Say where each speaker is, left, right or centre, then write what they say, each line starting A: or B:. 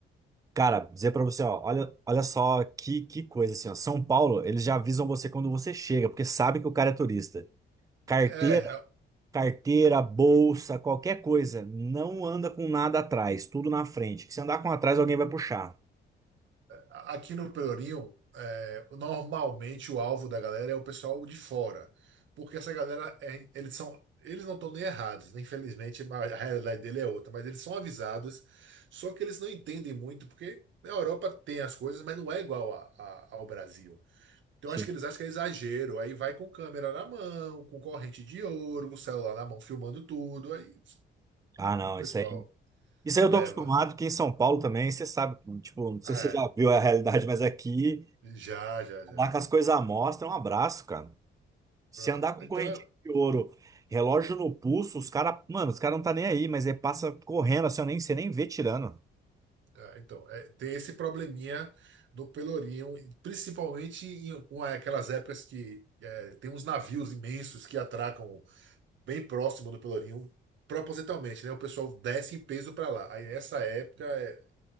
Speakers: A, on the right; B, on the right.
A: cara, dizer para você, ó, olha, olha só que, que coisa assim, ó. São Paulo, eles já avisam você quando você chega, porque sabe que o cara é turista. Carteira,
B: é, é
A: carteira, bolsa, qualquer coisa, não anda com nada atrás, tudo na frente. Que se andar com atrás, alguém vai puxar.
B: Aqui no Pelourinho, é, normalmente o alvo da galera é o pessoal de fora, porque essa galera, é- eles são, eles não estão nem errados, né? Infelizmente mas a realidade dele é outra, mas eles são avisados, só que eles não entendem muito, porque na Europa tem as coisas, mas não é igual a- a- ao Brasil. Então
A: Sim.
B: acho que eles acham que é exagero, aí vai com câmera na mão, com corrente de ouro, o celular na mão, filmando tudo, aí
A: Ah, não,
B: o pessoal
A: isso aí. Isso aí eu
B: leva.
A: tô acostumado, que em São Paulo também, você sabe, tipo, não sei
B: É,
A: se você já viu a realidade, mas aqui,
B: já, já, já,
A: andar
B: já.
A: com as coisas à mostra é um abraço, cara. Se
B: Ah,
A: andar com
B: Então
A: correntinha de ouro, relógio no pulso, os caras, mano, os caras não tá nem aí, mas ele passa correndo, assim, eu nem, você nem vê tirando.
B: Ah, Então, é, tem esse probleminha do Pelourinho, principalmente em uma- aquelas épocas que é, tem uns navios imensos que atracam bem próximo do Pelourinho, propositalmente, né? O pessoal desce em peso para lá. Aí nessa época, é,